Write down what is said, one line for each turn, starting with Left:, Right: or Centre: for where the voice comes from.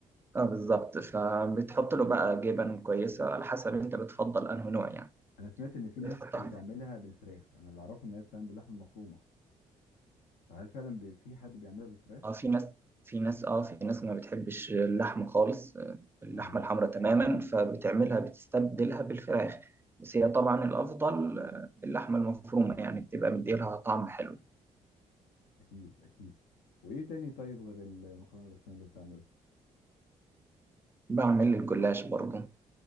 Right: اه بالظبط فبتحط له بقى جبن كويسة على حسب أنت بتفضل أنه نوع يعني
Left: انا سمعت ان في
Right: بتحطها
Left: ناس بتعملها بالفراخ انا اللي اعرفه ان هي بتعمل باللحمه المفرومه فهل فعلا بي- في حد بيعملها بالفراخ
Right: اه في ناس في ناس اه في ناس ما بتحبش اللحمة خالص آه، اللحمة
Left: اه
Right: الحمراء تماما فبتعملها بتستبدلها بالفراخ بس هي طبعا الأفضل آه، اللحمة المفرومة يعني بتبقى مديلها طعم حلو
Left: اكيد اكيد وايه تاني طيب غير المكرونه البشاميل اللي بتعمله
Right: بعمل الجلاش برضه